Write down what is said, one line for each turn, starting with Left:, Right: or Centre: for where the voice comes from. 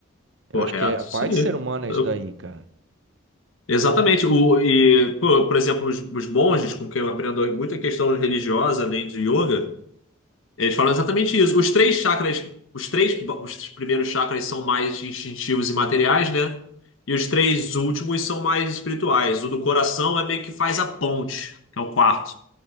Right: Eu
Left: Correto,
Right: acho que é a parte
Left: isso aí.
Right: do ser humano é
Left: Eu-
Right: isso daí, cara.
Left: exatamente. O, e, pô, por exemplo, os, os monges, com quem eu aprendo muita questão religiosa, além de yoga. Eles falam exatamente isso. Os três chakras, os três, os primeiros chakras são mais instintivos e materiais, né? E os três últimos são mais espirituais. O do coração é meio que faz a ponte, que é o quarto,